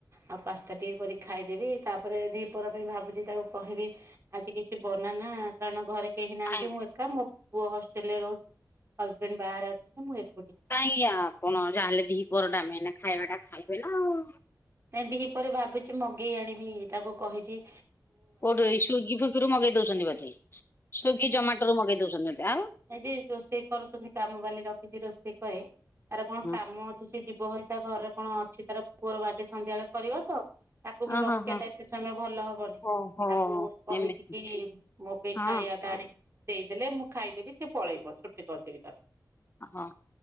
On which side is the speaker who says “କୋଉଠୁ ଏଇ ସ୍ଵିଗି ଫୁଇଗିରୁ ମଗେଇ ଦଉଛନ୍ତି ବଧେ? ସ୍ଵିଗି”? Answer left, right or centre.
Left